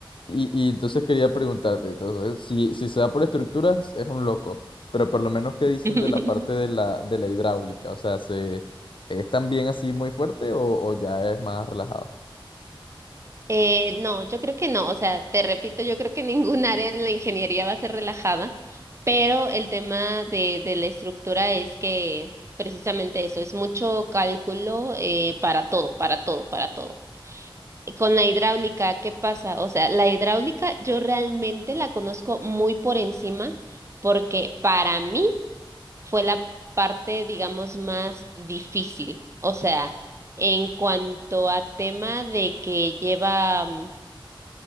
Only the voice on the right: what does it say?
<laughs>
Eh, no, yo creo que no. O sea, te repito, yo creo que <laughs> ningún área en la ingeniería va a ser relajada, pero el tema de, de la estructura es que precisamente eso, es mucho cálculo eh, para todo, para todo, para todo. Y Con la hidráulica, ¿qué pasa? O sea, la hidráulica yo realmente la conozco muy por encima porque para mí fue la parte, digamos, más difícil. O sea, en cuanto a tema de que lleva... mm,